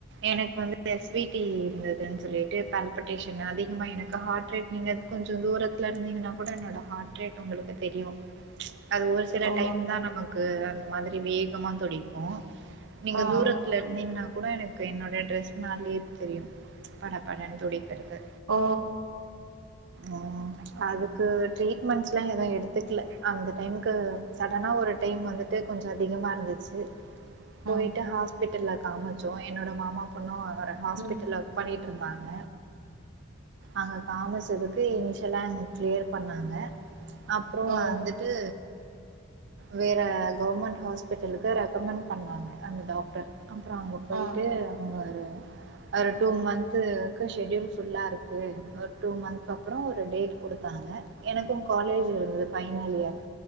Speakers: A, on the right (about 55°); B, on the right (about 80°).
A: எனக்கு வந்து எஸ் வி டி இருந்ததுன்னு சொல்லிட்டு <unintelligible> அதிகமாக எனக்கு ஹார்ட் ரேட் நீங்க கொஞ்சோ தூரத்துல இருந்தீங்கன்னா கூட என்னோட ஹார்ட் ரேட் உங்களுக்கு தெரியு அது ஒரு சி
B: ஓ
A: டைம் தா நமக்கு அந்த மாதிரி வேகமா துடிக்கு நீங்க
B: ஆ
A: தூரத்துல இந்தீங்கன்னா கூட எனக்கு என்னோட டிரெஸ் மேலயே தெரியு படப்படன்னு துடிக்கறது
B: ஓ
A: ம் அதுக்கு டிரீட்மெண்ட்ஸ்ல்லா எது எடுத்துக்கல அந்த டைமுக்கு சடனா ஒரு டைம் வந்துட்டு கொஞ்சோ டிம்மா இருந்துச்சு போய்ட்டு
B: ஆ
A: ஹாஸ் பிட்டல்ல காமிச்சோ என்னோட மாமா பொண்ணு ஹாஸ்பிட்டல்ல
B: ம்
A: ஒர்க் பண்ணிட்டு இருந்தாங்க அங்கே காமசதக்கு இனிஷிலா அங்க கிளியர் பண்ணாங்க அப்பறோ
B: ஓ
A: வந்துட்டு வேற கவர்மெண்ட் ஹாஸ்பிட்டலுக்கு ரெக்கமெண்ட் பண்ணாங்க அந்த டாக்டர் அப்பறோ அங்க போய்ட்டு
B: ஆ
A: அவங்க ஒரு ஒரு டூ மந்த்து க்கு ஷெட்யூல் ஃபுல்லா இருக்கு ஒரு டூ மந்த் அப்புறோ ஒரு டேட் குடுத்தாங்க எனக்கு காலேஜ் இருந்தது ஃபைனல் இயர்